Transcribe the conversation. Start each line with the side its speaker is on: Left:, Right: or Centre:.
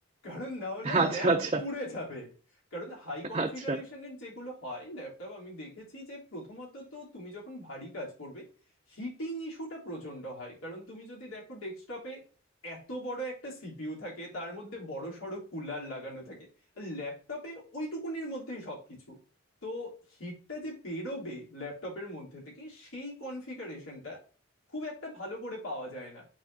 Left: কারণ না হলে
Right: আচ্ছা
Left: ল্যাপ
Right: আচ্ছা
Left: পুড়ে যাবে কারণ হাই কনফিগারেশনের
Right: আচ্ছা
Left: যেগুলো হয় ল্যাপটপ আমি দেখেছি যে প্রথমত তো তুমি যখন ভারী কাজ করবে হিটিং ইস্যুটা প্রচন্ড হয় কারণ তুমি যদি দেখো ডেস্কটপে এত বড় একটা সিপিইউ থাকে তার মধ্যে বড় সড়ো কুলার লাগানো থাকে ল্যাপটপে ওইটুকুনির মধ্যেই সবকিছু তো হিটটা যে বেরোবে ল্যাপটপের মধ্যে থেকে সেই কনফিগারেশনটা খুব একটা ভালো করে পাওয়া যায় না